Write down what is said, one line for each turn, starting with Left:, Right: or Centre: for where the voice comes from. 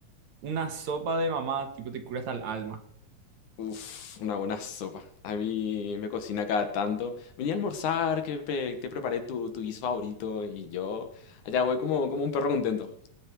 Right: Una sopa de mamá, tipo, te cura hasta el alma.
Left: Uf, una buena sopa. A mí me cocina cada tanto. Vení a almorzar, que pe- te preparé tu, tu guiso favorito y yo allá voy como, como un perro contento.